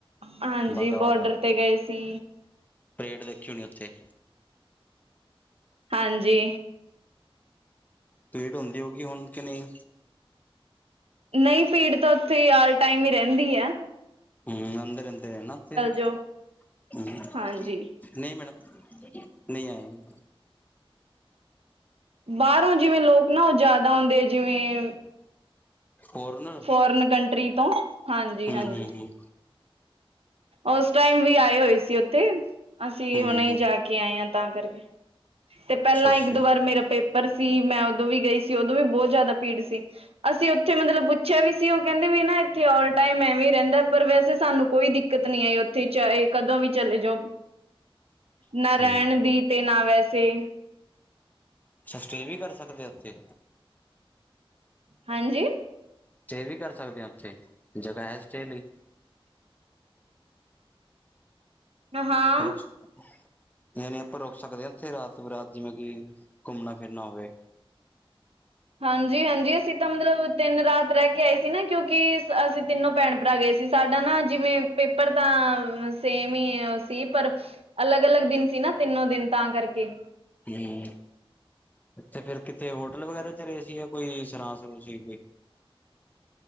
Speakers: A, on the right; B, on the left.
A: ਹਾਂਜੀ
B: ਬਾਘਾ ਵਾਟਰ
A: ਬੋਡਰ ਤੇ ਗਏ ਸੀ।
B: ਪਰੇਡ ਦੇਖੀ ਹੋਣੀ ਉੱਥੇ।
A: ਹਾਂਜੀ।
B: ਭੀੜ ਹੁੰਦੀ ਹੋਗੀ ਹੁਣ ਕੇ ਨੀ।
A: ਨਹੀਂ ਭੀੜ ਤਾਂ ਉੱਥੇ ਆਲ ਟਾਈਮ ਹੀ ਰਹਿੰਦੀ ਆ।
B: ਹੂੰ, ਆਉਂਦੇ ਰਹਿੰਦੇ ਆ ਨਾ ਉਥੇ।
A: ਜਾਓ
B: <unintelligible>
A: ਹਾਂਜੀ
B: ਨਹੀਂ ਮੈਡਮ, ਨਹੀਂ ਆਏ।
A: ਬਾਹਰੋਂ ਜਿਵੇਂ ਲੋਕ ਨਾ ਉ ਜਿਆਦਾ ਆਉਂਦੇ ਆ ਜਿਵੇਂ
B: ਫੋਰਨਰ
A: ਫੋਰਨ ਕੰਟਰੀ ਤੋਂ ਹਾਂਜੀ-ਹਾਂਜੀ।
B: ਹੂੰ ਹੂੰ ਹੂੰ
A: ਉਸ ਟਾਈਮ ਵੀ ਆਏ ਹੋਏ ਸੀ ਉੱਥੇ ਅਸੀਂ
B: ਹੂੰ
A: ਹੁਣੇ
B: ਹੂੰ
A: ਹੀ ਜਾ ਕੇ ਆਏ ਹਾਂ ਤਾਂ ਕਰਕੇ। ਤੇ
B: ਅੱਛਾ
A: ਪਹਿਲਾਂ
B: ਅੱਛਾ
A: ਇੱਕ-ਦੋ ਵਾਰ ਮੇਰਾ ਪੇਪਰ ਸੀ ਮੈਂ ਉਦੋਂ ਵੀ ਗਈ ਸੀ ਉਦੋਂ ਵੀ ਬਹੁਤ ਜ਼ਿਆਦਾ ਭੀੜ ਸੀ ਅਸੀਂ ਉੱਥੇ ਮਤਲਬ ਪੁੱਛਿਆ ਵੀ ਸੀ ਉਹ ਕਹਿੰਦੇ ਵੀ ਨਾ ਇੱਥੇ ਆਲ ਟਾਈਮ ਐਵੇ ਵੀ ਰਹਿੰਦਾ ਪਰ ਵੈਸੇ ਸਾਨੂੰ ਕੋਈ ਦਿੱਕ ਦਿੱਕਤ ਨੀ ਆਈ ਉੱਥੇ ਚਾਹੇ ਕਦੋਂ ਵੀ ਚਲੇ ਜਾਓ। ਨਾ
B: ਹੂੰ
A: ਰਹਿਣ ਦੀ ਤੇ ਨਾ ਵੈਸੇ
B: ਅਛਾੱ, ਸਟੇਅ ਵੀ ਕਰ ਸਕਦੇ ਆ ਉੱਥੇ।
A: ਹਾਂਜੀ।
B: ਸਟੇਅ ਵੀ ਕਰ ਸਕਦੇ ਹਾਂ ਉੱਥੇ, ਜਗਾਹ ਹੈ ਸਟੇਅ ਲਈ।
A: ਹਾਂ।
B: ਰੋਕ ਸ <inaudible> ਯਾਨੀ ਆਪਾਂ ਰੁਕ ਸਕਦੇ ਹਾਂ ਇਥੇ ਰਾਤ-ਬੇਰਾਤ ਜਿਵੇਂ ਕਿ ਘੁੰਮਣਾ ਫਿਰਨਾ ਹੋਵੇ।
A: ਹਾਂਜੀ-ਹਾਂਜੀ, ਅਸੀਂ ਤਾਂ ਮਤਲਬ ਤਿੰਨ ਰਾਤ ਰਹਿ ਕੇ ਆਏ ਸੀ ਨਾ ਕਿਉਂਕਿ ਅਸੀਂ ਤਿੰਨੋ ਭੈਣ-ਭਰਾ ਗਏ ਸੀ। ਸਾਡਾ ਨਾ ਜਿਵੇਂ ਪੇਪਰ ਤਾਂ ਸੇਮ ਹੀ ਉ ਸੀ ਪਰ ਅਲੱਗ-ਅਲੱਗ ਦਿਨ ਸੀ ਨਾ ਤਿੰਨੋ ਦਿਨ ਤਾਂ ਕਰਕੇ
B: ਹੂੰ, ਉਥੇ ਫਿਰ ਕਿਤੇ ਹੋਟਲ ਵਗੈਰਾ 'ਚ ਰਹੇ ਸੀ ਆ ਕੋਈ ਸਰਾਂ-ਸਰੂ ਸੀਗੀ।